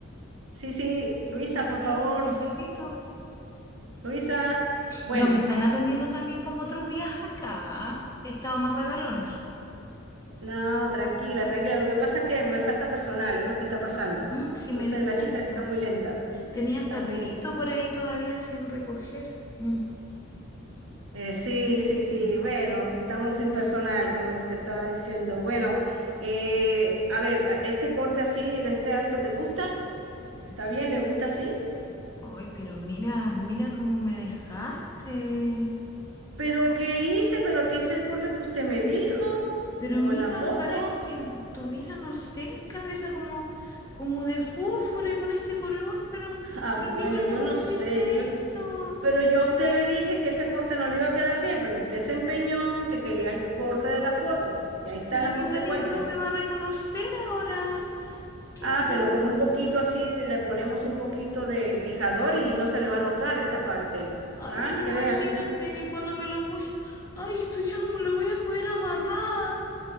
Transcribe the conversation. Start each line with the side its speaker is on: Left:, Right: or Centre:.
Right: Sí, sí, Luisa,
Left: Yo
Right: por
Left: quiero
Right: favor.
Left: algo dulcecito.
Right: Luisa, bueno,
Left: No me están atendiendo también como otros días acá. He estado más regalona.
Right: no, tranquila, tranquila. Lo que pasa es que me falta personal, es lo que está pasando.
Left: Mm, sí
Right: Entonces,
Left: me di cuenta.
Right: las chicas están muy lentas,
Left: Tenía hasta
Right: están muy
Left: pelito
Right: lentas.
Left: por ahí todavía sin recoger. Mm.
Right: Eh, sí, sí, sí,
Left: Mm.
Right: bueno, estamos sin personal, como te estaba diciendo. Bueno, eh, a ver, a- este corte así, de este alto, ¿te gusta? Está bien, le gusta así.
Left: Ay, pero mira, mira cómo me dejaste.
Right: Pero ¿qué hice? Pero ¿qué hice el corte que usted me dijo?
Left: Pero
Right: Como
Left: mira,
Right: en la foto.
Left: parece que n- tuviera, no sé, cabeza como, como de fósforo y con este color, pero,
Right: <laughs> Ah,
Left: pero
Right: bueno,
Left: niña,
Right: yo
Left: ¿cómo
Right: no
Left: me
Right: sé,
Left: hiciste
Right: yo.
Left: esto?
Right: Pero yo a usted le dije que ese corte no le iba a quedar bien, pero usted se empeñó en que quería el corte de la foto. Y ahí están
Left: Pero
Right: las
Left: mi
Right: consecuencias.
Left: marido no me va a reconocer ahora. ¿Qué?
Right: Ah,
Left: Pero,
Right: pero con un poquito así de- le ponemos un poquito de fijador y no se le va a notar esta parte.
Left: ay,
Right: Ah,
Left: pero imagínate,
Right: cree así.
Left: cuando me lo moje, ay, esto ya no me lo voy a poder amarrar.